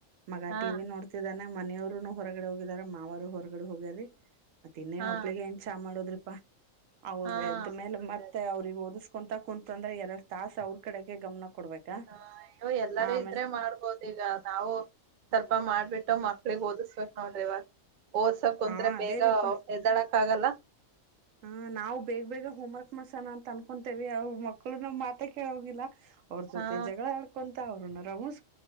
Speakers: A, on the right (about 80°); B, on the right (about 55°).
A: ಮಗ
B: ಹಾ
A: ಟಿವ ವಿ ನೋಡ್ತಿದ್ದಾನ ಮನೆಯವರುನು ಹೊರಗಡೆ ಹೋಗಿದಾರ ಮಾವರು ಹೊರಗಡೆ ಹೋಗ್ಯಾರಿರಿ ಮತ್ತೆ ಇನ್ನೇನ್
B: ಹಾ
A: ಒಬ್ಳಿಗೆ ಏನ್ ಚಾ ಮಾಡೋದ್ರಿಪಾ ಅವ್ರದ್ಮೇಲೆ
B: ಹಾ ಅದೇ
A: ಮತ್ತೆ ಅವ್ರಿಗೆ ಓದಿಸ್ಕೊಂತ ಕುಂತ್ು ಅಂದ್ರೆ ಎರಡ್ ತಾಸ ಅವ್ರ ಕಡೆಗೆ ಗಮನ ಕೊಡ್ಬೇಕಾ
B: ಹ ಅಯ್ಯೋ ಎಲ್ಲರೂ
A: ಆಮೇಲ್
B: ಇದ್ರೆ ಮಾಡ್ಬೋದು ಈಗ ನಾವು ಸ್ವಲ್ಪ ಮಾಡ ಬಿಿಟ್ಟು ಮಕ್ಳಗ್ ಓದಸ್ಬೇಕಕ್ ನೋಡ್ರಿ ಇವಾಗ ಓದಸಕ್ ಕುಂತ್್ರ
A: ಹಾ ಅದೇ
B: ಬೇಗ
A: ರೀಪಾ
B: ಹೆದ್ದಾಡಕ್ ಆಗಲ್ಲ
A: ಹಾ ನಾವು ಬೇಗ ಬೇಗ ಹೋಮ್ ವರ್ಕ್ ಮಾಡ್ಸೋಣ ಅಂತ ಅನ್ಕೊತೇವಿ ಅವ ಮಕ್ಳು ನ್ ಮಾತ ಕೇಳೋಗಿಲ್ಲ ಅವ್ರ ಜೊತೆ
B: ಹಾ
A: ಜಗಳ ಆಡ್ಕೊಂತ ಅವ್ರನ್ನ ರಮಸ್